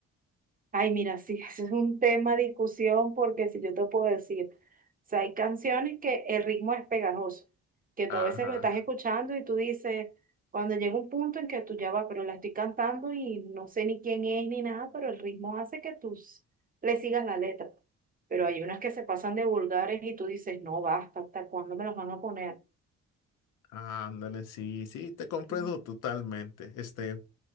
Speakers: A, on the right; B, on the left.
A: Ay, mira, sí, <laughs> ese es un tema de discusión porque si yo te puedo decir, o sea, hay canciones que el ritmo es pegajoso, que tú
B: Ajá.
A: a veces lo estás escuchando y tú dices, cuando llega un punto en que tú ya vas, pero la estoy cantando y no sé ni quién es ni nada, pero el ritmo hace que tú s- le sigas la letra. Pero hay unas que se pasan de vulgares y tú dices, no, basta, ¿hasta cuándo me las van a poner?
B: Ándale, sí, sí, te comprendo
A: Mm.
B: totalmente. Este,